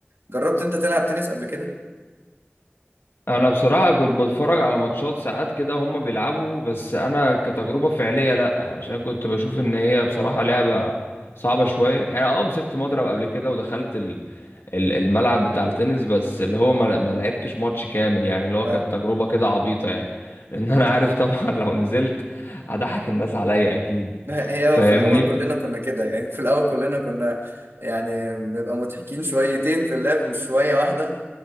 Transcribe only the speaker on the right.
جربت انت تلعب تنس قبل كده؟
اه
هي
في الاول كلنا كنا كده يعني <laughs> في الاول كلنا كنا يعني بنبقى مضحكين شويتين في اللعب مش شوية واحدة